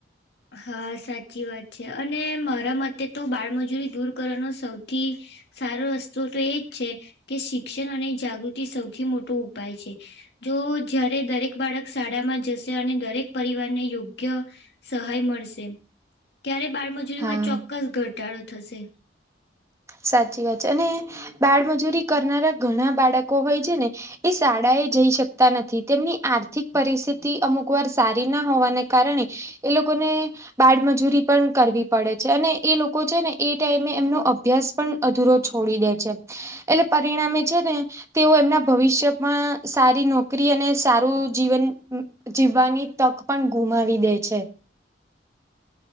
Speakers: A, on the left (about 65°); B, on the right (about 15°).
A: હા સાચી વાત છે અને મારા મતે તો બાળમજૂરી દૂર કરવાનો સૌથી સારો રસ્તોુ તો એજ છે કે શિક્ષણ અને જાગૃતિ સૌથી મોટો ઉપાય છે. જો જારે દરેક બાળક શાળામાં જશે અને દરેક પરિવારને યોગ્ય સહાય મળશે ત્યારે બાળમજૂરી
B: હા
A: માં ચોક્કસ ઘટાડો થશે.
B: સાચી વાત છે અને બાળમજૂરી કરનારા ઘણા બાળકો હોય છે ને એ શાળા એ જઈ શકતા નથી તેમની આર્થિક પરિસ્થિતિ અમુક વાર સારી ના હોવાને કારણે એ લોકોને બાળમજૂરી પણ કરવી પડે છે અને એ લોકો છે ને એ ટાઈમે એમનો અભ્યાસ પણ અધૂરો છોડી દે છે. એટલે પરિણામે છે ને તેઓ એમના ભવિષ્યમાં સારી નોકરી અને સારું જીવન જીવવાની તક પણ ગુમાવી દે છે.